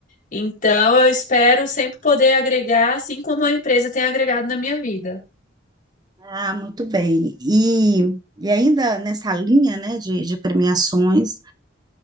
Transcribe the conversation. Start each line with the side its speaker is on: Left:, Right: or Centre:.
Left: Então, eu espero sempre poder agregar, assim como a empresa tem agregado na minha vida.
Right: Ah, muito bem. E, e ainda nessa linha, né, de, de premiações,